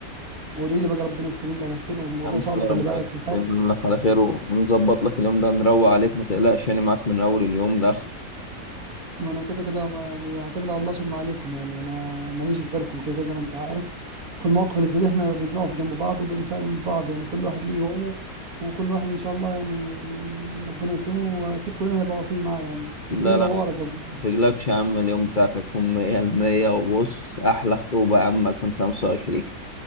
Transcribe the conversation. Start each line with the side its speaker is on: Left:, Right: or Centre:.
Right: وادعي لي بقى ربنا يتمم لي على خير والموضوع
Left: يا عم ان
Right: صعب
Left: شاء الله
Right: خلي
Left: ربنا
Right: بالك وصعب
Left: يتمم لك على خير ونظبط لك اليوم ده نروق عليك ما تقلقش يعني معاك من اول اليوم لاخر
Right: ما انا كده كده ما- يعني هعتمد على الله ثم عليكم يعني انا ماليش غيركم كده كده زي ما انت عارف في المواقف اللي زي دي احنا بنقف جنب بعض وبنساند بعض يعني كل واحد ليه يومه وكل واحد ان شاء الله يعني ربنا يكرمه واكيد كلنا هنبقى واقفين معاه يعني والدنيا
Left: لا لا
Right: دواره
Left: ما
Right: زي ما بيقولوا.
Left: تقلقش يا عم اليوم بتاعك هيكون 100 المية وبص احلى خطوبة يا عم 2025